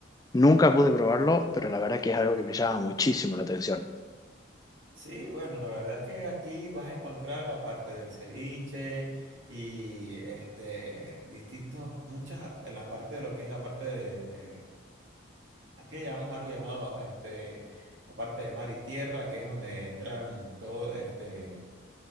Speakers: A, on the left (about 20°); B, on the right (about 75°).
A: Nunca pude probarlo, pero la verdad que es algo que me llama muchísimo la atención.
B: Sí, bueno, la verdad es que aquí vas a encontrar, aparte del ceviche y este, distintos, muchas, en la parte de lo que es la parte de, eh, aquí le llamamos algo llamado, este, la parte de mar y tierra, que es donde entran todo, este,